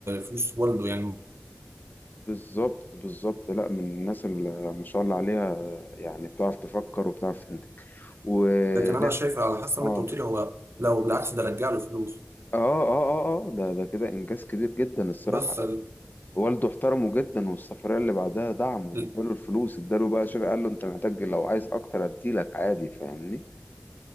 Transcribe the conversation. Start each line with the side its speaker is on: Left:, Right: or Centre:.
Right: فلوس والده يعني
Left: بالظبط بالظبط لا من الناس اللي ما شاء الله عليها يعني بتعرف تفكر وبتعرف تنتج ولا
Right: لكن انا شايف على حسب
Left: اه
Right: ما انت قلت لي هو لو بالعكس ده رجع له فلوس
Left: اه اه اه اه ده ده كده انجاز كبير جدا الصراحه
Right: بس ال...
Left: والده احترمه جدا والسفريه اللي بعدها دعمه
Right: ال-
Left: اداله الفلوس اداله بقى شوف قال له انت محتاج لو عايز اكتر اديلك عادي فاهمني